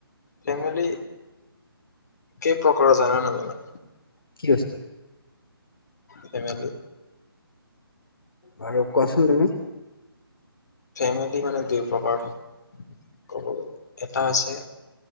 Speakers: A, on the left; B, on the left.
A: ফেমিলি কেই প্ৰকাৰৰ জানা নাজানা?
B: কি বস্তু?
A: ফেমিলি
B: বাৰু কোৱাচোন তুমি।
A: ফেমিলি মানে দুই প্ৰকাৰ ক'ব গলে, এটা হৈছে